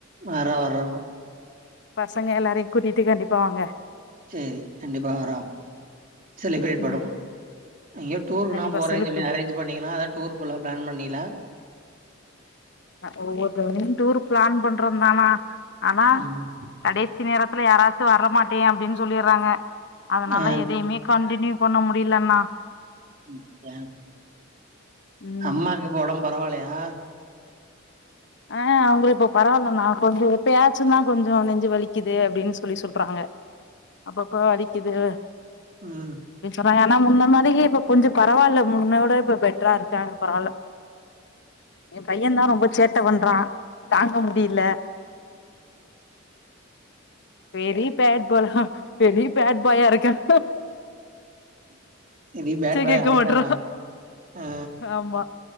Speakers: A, on the right; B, on the left.
A: வர்றோம் வர்றோம்
B: பசங்க எல்லாரையு கூட்டிட்டு கண்டிப் த்தாங்க
A: சேரி கண்டிப்பா வரோ செலிப்ரேட்
B: ம்
A: பண்ணுவோ எங்கோயோ டூர்லா
B: கண்டிப்பா
A: போறேன்
B: செழிப்பு
A: சொல்லி அரேஞ்ச் பண்ணிகலா அதா டூர் போலா பிளான் பண்ணிய்லா
B: ஒவ்வொரு தரையு டூர் பிளான் பண்றோ தாணா ஆனா
A: ம்
B: கடைசி நேர ல யாராச்சு வரமாட்டே அப்டின் சொல்லிர்றாங்க அதனால
A: ஆ
B: எதையுமே கண்டினிவ் ஒண்ணு முடிலண்ணா
A: உம் ஏ
B: ம்
A: அம்மாக்கு இப்போ ஒடம்ப் பரவாலையா
B: ஆஹ் அவுங்குளுக் இப்போ பரவாலன்னா கொஞ்சோ எப்பயாச்சு தா கொஞ்சோ நெஞ்சு வலிக்கிது அப்டின் சொல்லி சொல்றாங்க அப்போப்போ வலிக்கிது
A: உம்
B: ஏன்னா முன்ன மாதிரி இப்ப கொஞ்சோ பரவால்ல முன்ன விட இப்ப பெட்ரா இருக்காங்க பரவால்ல எ பையே தா ரொம்ப சே ட்ட பண்றா தாங்க முடியில்ல பெரிய பேட் பாயா பெரிய பேட் பாயா இருக்கான்
A: செரி பேட் பாய்
B: கேட்க
A: ஆயிட்டனா
B: மாட்றா
A: அ
B: ஆமா